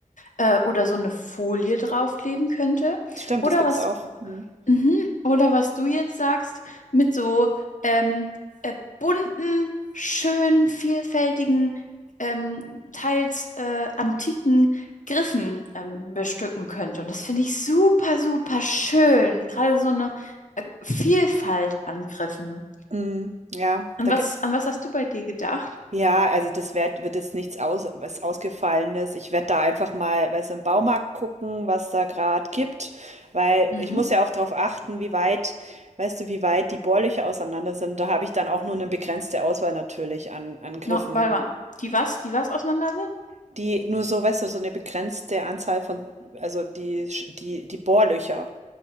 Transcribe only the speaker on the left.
äh, oder so eine Folie draufkleben könnte,
oder
was,
mhm, oder was du jetzt sagst, mit so ähm, äh, bunten, schönen, vielfältigen, ähm, teils äh, antiken Griffen ähm, bestücken könnte. Und das finde ich super, super schön. Gerade so eine äh, Vielfalt an Griffen.
An
was,
an was hast du bei dir gedacht?
Mhm.
No, warte mal. Die was? Die was auseinander sind?